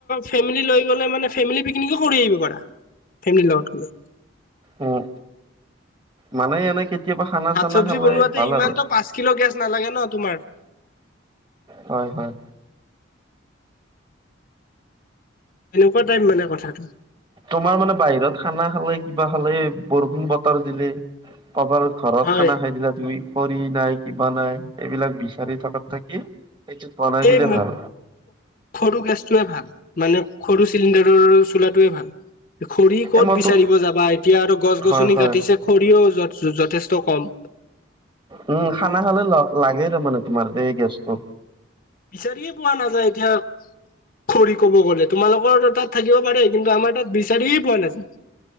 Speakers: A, on the left; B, on the right.
A: ফেমেলি লৈ গলে মানে ফেমেলি পিকনিকো কৰি আহিব পাৰা। ফেমিল লগত গ'লে।
B: উম মানে এনেক- কেতিয়াবা খানা চানা
A: ভাত চব্জি
B: খালে
A: বনোৱাতে
B: ভাল
A: ইমানতো
B: আৰু
A: পাঁচ কিলো গেছ নালাগে ন তোমাৰ।
B: হয় হয়।
A: এনেকুৱা টাইপ মানে কথাটো।
B: তোমাৰ মানে বাহিৰত খানা খালে কিবা খালে বৰফিং বতাৰ দিলে কবাৰ ঘৰত
A: হয়
B: খানা খাই দিলা তুমি খৰি নাই কিবা নাই এইবিলাক বিচাৰি থকাত থাকি এইটোত বনাই
A: এই
B: দিলে
A: <unintelligible>
B: ভাল
A: সৰু গেছটোৱে ভাল, মানে সৰু চিলিণ্ডাৰৰ চোলাটোৱে ভাল। খৰি ক'ত
B: এ মইতো
A: বিচাৰিব যাবা এতিয়া আৰু গছ-গছনি
B: হয় হয়
A: কাটিছে। খৰিয়ও যথেষ্ট কম।
B: উম, খানা খালে ল লাগে ৰ মানে তোমাৰ এই গেছটো।
A: বিচাৰিয়ে পোৱা নাযায় এতিয়া। খৰি ক'ব গ'লে তোমালোকৰ তাত থাকিব পাৰে কিন্তু আমাৰ তাত বিচাৰিয়ে পোৱা নাযায়।